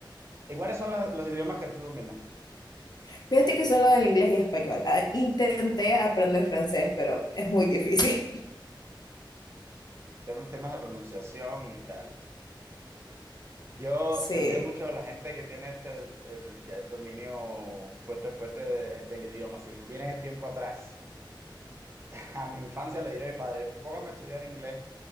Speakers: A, on the right; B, on the left.
A: ¿Y cuáles son la- los idiomas que tú dominas?
B: <laughs> Fíjate que solo del inglés y español. Ah, Intenté aprender francés, pero es muy difícil. <laughs>
A: Tem- Temas de pronunciación y tal. Yo
B: Sí,
A: envío mucho a la gente que tiene este el, ya el dominio fuerte, fuerte de- del idioma. Si vienen el tiempo atrás, <laughs> a mi infancia le diré a mi padre, póngame a estudiar inglés